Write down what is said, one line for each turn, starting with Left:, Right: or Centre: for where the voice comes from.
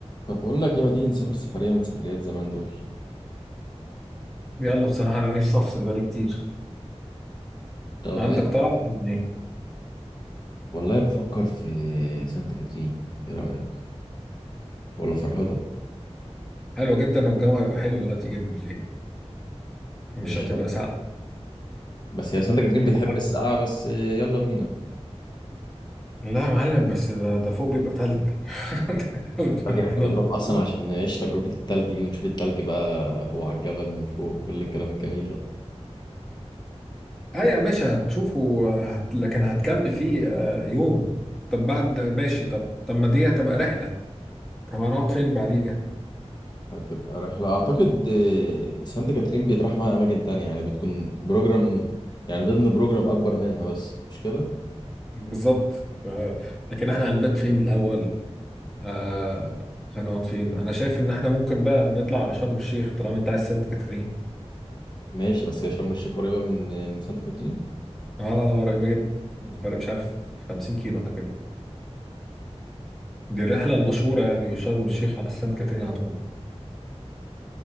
Left: طب بقول لك ايه ما تيجي نسافر سفرية من سفريات زمان دول
Centre: يلا بصراحة أنا نفسي أفصل بقالي كتير
Left: طب
Centre: عندك
Left: ايه
Centre: طلعة ولا إيه؟
Left: والله بفكر في سانت كاترين ايه رأيك ولا فرهدة
Centre: حلو جدا والجو هيبقى حلو دلوقتي جدا فيه مش
Left: مش
Centre: هتبقى
Left: فاهم
Centre: ساقعة
Left: بس هي سانت كاترين بتحب
Centre: ولا حر
Left: السقعة بس يلا بينا
Centre: لا يا معلم بس ده, ده فوق بيبقى تلج <laughs>
Left: التلج
Centre: احنا
Left: احنا بنروح اصلا عشان نعيش تجربة التلج دي ونشوف التلج بقى هو على الجبل من فوق وكل الكلام الجميل ده
Centre: أيوة ماشي هتشوفه هت... لكن هتكامب فيه آه، يوم طب بعد ماشي طب طب ما دي هتبقى رحلة طب هنقعد فين بعديها
Left: هتبقى رحلة اعتقد آه، سانت كاترين بيتراح معاها اماكن تانية يعني بتكون بروجرام يعني ضمن بروجرام اكبر منها بس مش كده
Centre: بالظبط ف... لكن احنا هنبات فين الأول آه هنقعد فين انا شايف ان احنا ممكن بقى نطلع على شرم الشيخ طالما انت عايز سانت كاترين
Left: ماشي بس هي شرم الشيخ قريبة من آه، من سانت كاترين
Centre: اه آه، قريبه جدا الفرق مش عارف 50 كيلو حاجه كده دي الرحله المشهوره يعني شرم الشيخ على سانت كاترين على طول